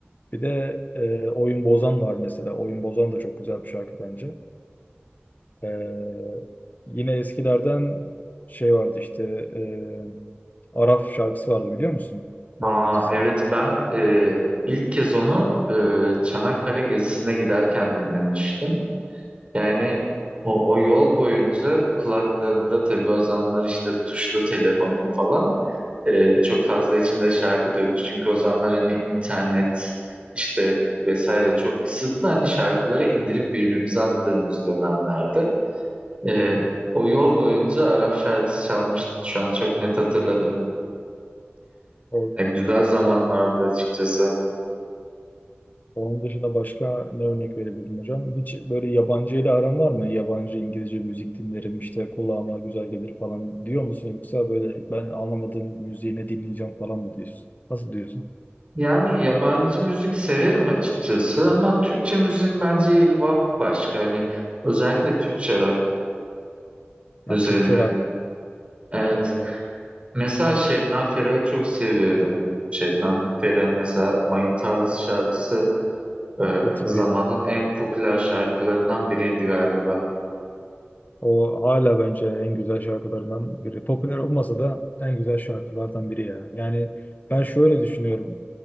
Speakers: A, on the left; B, on the right.
A: Bir de e, Oyun Bozan var mesela. Oyun Bozan da çok güzel bir şarkı bence. E, yine eskilerden şey vardı işte e, Arap şarkısı vardı biliyor musun?
B: Aa,
A: Mor ve Ötesi.
B: evet ben e, ilk kez onu e, Çanakkale gezisine giderken dinlemiştim. Yani o, o yol boyunca kulaklığımda tabii o zamanlar işte tuşlu telefonum falan e, çok fazla içinde şarkı da yok. Çünkü o zamanlar hani internet işte vesaire çok kısıtlı hani şarkıları indirip birbirimize attığımız dönemlerde. E, o yol boyunca Arap şarkısı çalmıştı. Şu an çok net hatırladım.
A: O
B: E, güzel zamanlardı açıkçası.
A: Onun dışında başka ne örnek verebilirim hocam? Hiç böyle yabancı ile aran var mı? Yabancı İngilizce müzik dinlerim işte kulağıma güzel gelir falan diyor musun? Yoksa böyle ben anlamadığım müziği ne dinleyeceğim falan mı diyorsun? Nasıl diyorsun?
B: Yani yabancı müzik severim açıkçası ama Türkçe müziğin bence yeri bambaşka. Hani Özellikle Türkçe rock.
A: Ya
B: üzerine.
A: Türkçe rock
B: Evet.
A: e,
B: Mesela Şebnem Ferah'ı çok seviyorum. Şebnem Ferah'ın mesela Mayın Tarlası şarkısı e,
A: ve tabii
B: zamanın
A: ya.
B: en popüler şarkılarından biriydi galiba.
A: O hala bence en güzel şarkılarından biri. Popüler olmasa da en güzel şarkılardan biri ya. Yani ben şöyle düşünüyorum.